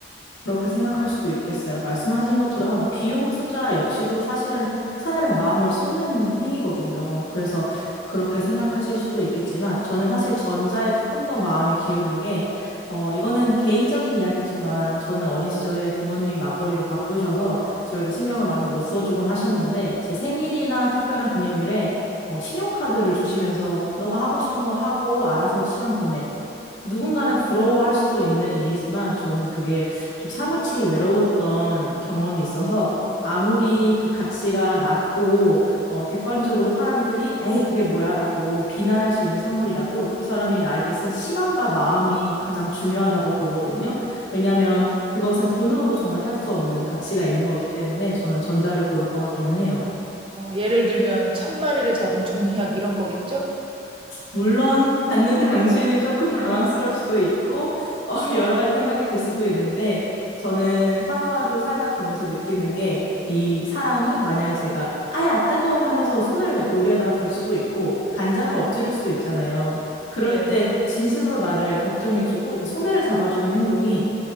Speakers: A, on the left; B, on the right.
A: 그렇게 생각할 수도 있겠어요. 말씀하신 것처럼 비용 투자 역시도 사실은 사람의 마음을 쏟는 행위거든요. 그래서
B: 그쵸.
A: 그렇게 생각하실 수도 있겠지만 저는 사실 전자에 조금 더 마음이 기우는 게 어, 이거는 개인적인 이야기지만 저는 어린 시절에 부모님이 맞벌이로 바쁘셔서 저에게 신경을 많이 못 써주곤 하셨는데 제 생일이나 특별한 기념일에 어, 신용카드를 주시면서 너가 하고 싶은 거 하고 알아서 시간 보내. 누군가는 부러워할 수도 있는 일이지만 저는 그게 좀 사무치게 외로웠던 경험이 있어서
B: 음,
A: 아무리 그 가치가 낮고 어, 객관적으로 사람들이 에이 그게 뭐야라고 비난할 수 있는 선물이라도 그 사람이 나에게 쓴 시간과 마음이 가장 중요하다고 보거든요. 왜냐하면
B: 네.
A: 그것은 돈으로도 정말 살 수 없는 가치가 있는 거기 때문에 저는 전자를 고를 것 같기는 해요.
B: 어, 예를 들면 천 마리를 접은 종이학 이런 거겠죠?
A: 물론 받는 당시에는 조금 당황스러울 수도 있고 어, <laughs> 여러 가지 생각이 들 수도 있는데 저는 하루하루 살다 보면서 느끼는 게 이 사람이 만약에 제가 아야 뜨거워 하면서 손을 요리하다가 될 수도 있고 간장을
B: 네,
A: 엎지를 수도 있잖아요. 그럴
B: 네,
A: 때 진심으로 나를 걱정해주고 이렇게 소매를 잡아주는 행동이